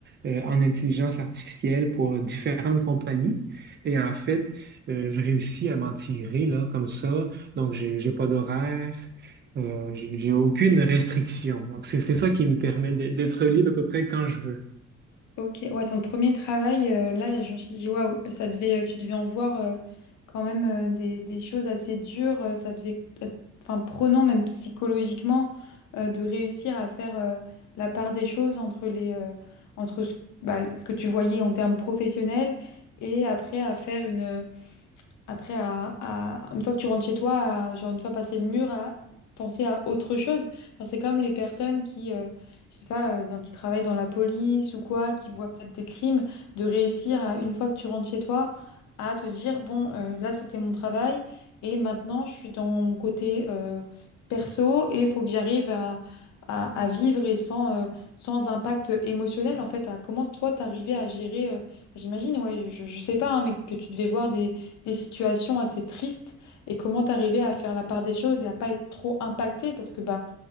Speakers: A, on the right; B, on the left.
A: euh, en intelligence artificielle pour différentes compagnies. Et en fait, euh, je réussis à m'en tirer là, comme ça. Donc, j'ai, j'ai pas d'horaire. Euh, j'ai j'ai aucune restriction. Donc, c'est c'est ça qui me permet d'être d'être libre à peu près quand je veux.
B: Ok, ouais, ton premier travail, euh, là, je me suis dit, waouh, ça devait, euh, tu devais en voir euh, quand même euh, des, des choses assez dures, euh, ça devait être, enfin, prenant même psychologiquement euh, de réussir à faire euh, la part des choses entre les, euh, entre ce, bah, ce que tu voyais en termes professionnels et après à faire une, après, à, à- une fois que tu rentres chez toi, à- genre une fois passé le mur, à penser à autre chose. Enfin, c'est comme les personnes qui, euh, je sais pas, euh, dans- qui travaillent dans la police ou quoi, qui voient peut-être des crimes, de réussir à, une fois que tu rentres chez toi, à te dire, bon, euh, là c'était mon travail et maintenant je suis dans mon côté euh, perso et il faut que j'arrive à, à, à vivre et sans, euh, sans impact émotionnel, en fait, à comment toi t'arrivais à gérer, euh, enfin, j'imagine, ouais, je, je sais pas, hein, mais que tu devais voir des des situations assez tristes et comment t'arriver à faire la part des choses et à pas être trop impacté parce que bah